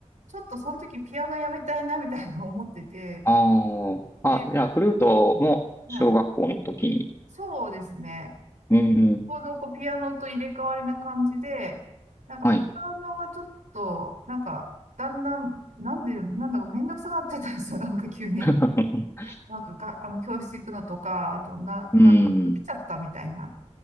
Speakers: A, on the right; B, on the left.
A: ちょっとその時ピアノやめたいなみたいな思ってて、
B: ああ、
A: で、
B: あ、じゃあ、フルートも小学校の時に。
A: はい。そうですね。
B: うーん、
A: ちょうどこうピアノと入れ替わりな感じで、なんかピアノがちょっと、
B: はい。
A: なんか、だんだん、なんで、なんだかめんどくさくなっちゃったんですよ。<laughs> なんか急に。
B: <laughs>
A: なんかが、あの、教室行くのとか、あと、な、
B: うー
A: なんか、飽きちゃったみたいな
B: ん、